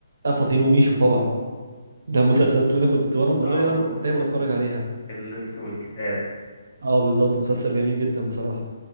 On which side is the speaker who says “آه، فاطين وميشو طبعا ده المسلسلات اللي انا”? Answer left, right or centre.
Right